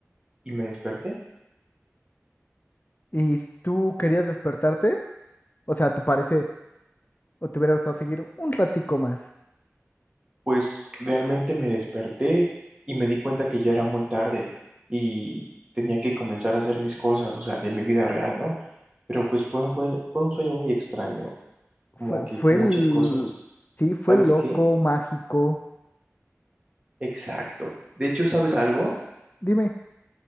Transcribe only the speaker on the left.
¿Y tú querías despertarte? O sea, a tu parecer, o te hubiera gustado seguir un ratico más.
Fue,
fue
el,
sí, fue
loco,
mágico.
Dime,